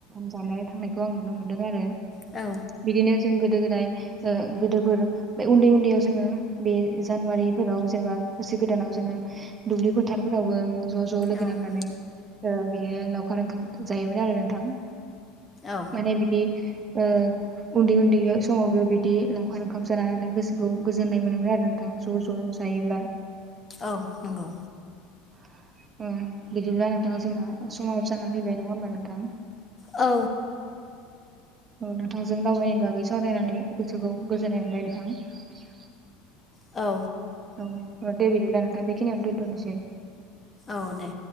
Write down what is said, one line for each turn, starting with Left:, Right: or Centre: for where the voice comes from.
Right: जानो थांनायखौ आं नुनो मोन्दों आरो।
Left: औ
Right: बिदिनो जों गोदो गोदाय ओ गोदोफोर बे उन्दै उन्दैयाव जोङो बे जानुवारिफोराव जेनबा बोसोर गोदानाव जोङो दुब्लि फोथारफोरावबो ज' ज' लोगो लोगोनांनानै
Left: औ
Right: ओ बिदिनो लावखार ओंखाम जायोमोन आरो नोंथां।
Left: औ
Right: माने बिदि ओ उन्दै उन्दै समावबो बिदि लावखार ओंखाम जानानै गोसोखौ गोजोननाय मोनोमोन आरो नोंथां ज' ज' जायोब्ला।
Left: औ नंगौ।
Right: <inaudible> उम बिदिब्ला नोंथां जोंना समाव जानानानै फैबाय नङा होमबा नोंथां।
Left: औ
Right: औ नोंथांजों दावबायनाय बागै सावरायनानै गोसोखौ गोजोननाय मोनबाय नोंथां।
Left: औ
Right: औ औ दे बिदिब्ला नोंथां बेखिनियावनो दोनथ'नोसै।
Left: औ दे।